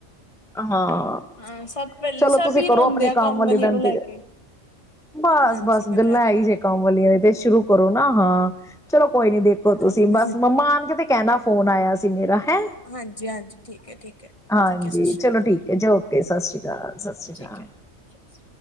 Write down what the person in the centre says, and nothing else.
ਹਾਂ
ਚਲੋ
ਤੁਸੀਂ
ਕਰੋ
ਆਪਣੇ
ਕੰਮ ਵਾਲੀ
ਦਾ ਇੰਤਜਾਰ
ਬਸ
ਬਸ
ਗੱਲਾਂ
ਆ
ਹੀ ਜੇ
ਕੰਮ ਵਾਲੀਆਂ ਦੀ ਤੇ ਸ਼ੁਰੂ ਕਰੋ ਨਾ ਹਾਂ ਚਲੋ ਕੋਈ ਨੀ ਦੇਖੋ ਤੁਸੀਂ
ਬਸ ਮੰਮਾ ਆਣਗੇ ਤੇ । ਕਹਿਣਾ ਫੋਨ ਆਇਆ ਸੀ ਮੇਰਾ ਹੈਂ
ਹਾਂਜੀ
ਚਲੋ
ਠੀਕ ਹੈ ਜ ਓਕੇ ਸਤਿ ਸ੍ਰੀ ਅਕਾਲ ਸਤ ਸ੍ਰੀ ਅਕਾਲ